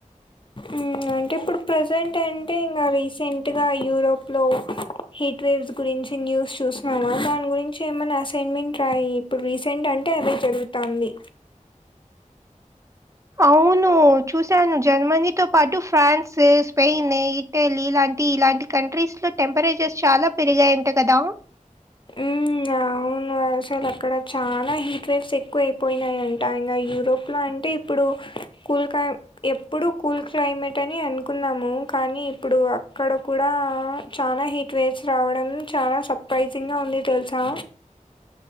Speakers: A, on the left (about 40°); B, on the right (about 25°).
A: ఉమ్ అంటే ఇప్పుడు ప్రెజెంట్ అంటే ఇంగా రీసెంట్ టుగా యూరోప్ లో హీట్ వేవ్స్ గురించి న్యూస్ చూసన్నామా దాని గురి చి ఏమన్నా అసైన్మెంట్ రాయి ఇప్పుడు రీసెంట్ అంటే అదే జరుగుతాంది
B: అవును చూశాను జర్మనీతోపాటు ఫ్రాన్స్ స్పెయిన్ ఇటలీ ఇలాంటి కంట్రీస్ లో టెంపరేచర్స్ చాలా పెరిగాయంట కదా
A: ఉమ్ యా అవును అసలు అక్కడ చాలా హీట్ వేవ్స్ ఎక్కువ అయిపోయినాయయంట ఇంగ యూరోప్ లో అంటే ఇప్పుడు కొలకత్తా ఎప్పుడు కూల్ క్లైమేట్ అని అనుకున్నాము కానీ ఇప్పుడు అక్కడ కూడా చాలా హీట్ వేవ్స్ రావడం చాలా సర్ప్రైజింగ్గా ఉంది తెలుసా